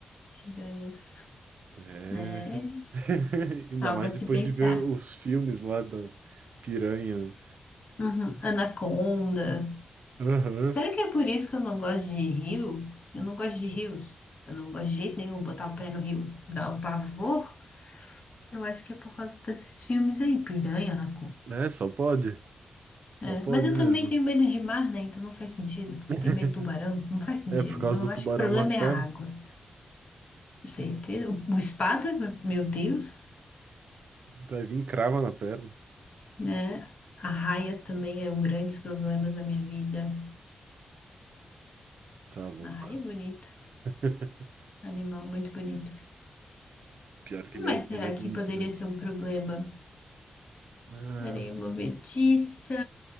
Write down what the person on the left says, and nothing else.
Piranhas.
É
algo
a se
pensar.
Uhum. Anaconda.
Será que é por isso que eu não gosto de rio? Eu não gosto de rios. Eu não gosto de jeito nenhum botar o pé no rio. Dá um pavor. Eu acho que é por causa desses filmes aí, piranha, anaconda.
É,
mas eu
também tenho medo de mar, né? Então não faz sentido, porque
eu tenho medo de tubarão, não faz sentido.
Então
eu acho
que o problema
é a água. Certeza. O, o espada, meu Deus,
né? Arraias também eram grandes problemas na minha vida.
Arraia é bonito,
animal muito bonito.
O
que
mais
será
que poderia
ser um problema?
Areia movediça.